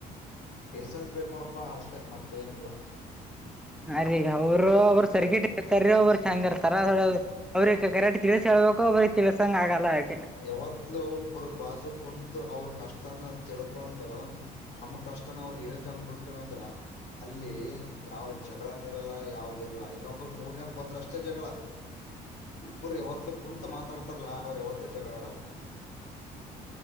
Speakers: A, on the left; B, in the centre.
A: ಪೇಷನ್ಸ್ ಬೇಕಕ್ ನೋಡಪ್ಪಾ ಅಷ್ಟೆ ಮತ್ತ ಏನಿಲ್ಲ
B: ಅ ರೀ ಅವರು ಅವರು ಸರ್ಕಟ ಇರ್ತಾರ ಅವರು ಚಂಗ ಇರ್ತಾರ ಅವ್ರ ಕರಾಟಿ ತಿಳಿಸಿ ಹೇಳ <unintelligible> <inaudible> ತಿಳ್ಕೊಬೇಕು ತಿಳ್ಕೊಂಗಾಗಲ್ಲ ಆಯಿತು <unintelligible>
A: ಯಾವತ್ಲುೂ ಒಬ್ಬರು ಬಾಜು ಕುಂತು ಅವ್ರ ಕಷ್ಟ ಅದನ್ನ ತಿಳ್ಕೊಂಡು ನಮ್ಮ ಕಷ್ಟನ ಅವ್ರು ಹೇಳ್ಕೋಂದು ಬಿಟ್ವಿ ಅಂದ್ರ ಅಲ್ಲಿ ಯಾವ ಜಗಳನ ಇರಲ್ಲ ಯಾವ್ದ ಇರಲ್ಲ ಇನ್ನೊಬ್ಬರು ಮೂರನೇರ್ ಬಂದ್ರ ಅಷ್ಟೇ ಜಗಳ ಇಬ್ರು ಯಾವತ್ಲು ಕುಂತಮಾತಾಡ್ತಾರಲ್ಲ ಅವ್ರ ಯಾವತ್ ಜಗಳಾಡಲ್ಲ